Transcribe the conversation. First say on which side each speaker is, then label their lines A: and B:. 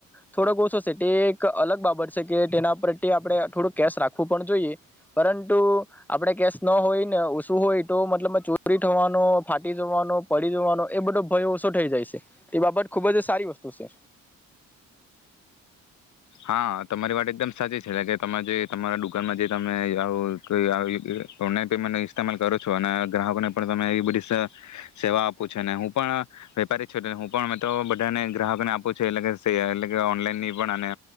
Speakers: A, in the centre; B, on the left.
A: થોડોક ઓછો છે તે એક અલગ બાબત છે કે તેના પ્રત્યે આપણે થોડું કેશ રાખવું પણ જોઈએ પરંતુ આપણે કેશ નો હોય ને ઓસું હોય તો મતલબમાં ચોરી થવાનો, ફાટી જવાનો, પડી જવાનો એ બધો ભય ઓછો થઈ જાય છે. તે બાબત ખુબ જ સારી વસ્તુ સે.
B: હા તમારી વાત એકદમ સાચી છે એટલે કે તમે જે તમારા દુકાનમાં જે તમે આવું કાઈ આવી ઓનલાઈન પેમેન્ટ ન ઇસ્તેમાલ કરો છો અને ગ્રાહકોને પણ તમે આવી બધી સેવા આપો છો ને હું પણ વેપારી છું એટલે હું પણ હવે તો બધાને ગ્રાહકોને આપું છું એટલે કે સે એટલે કે ઓનલાઈનની પણ અને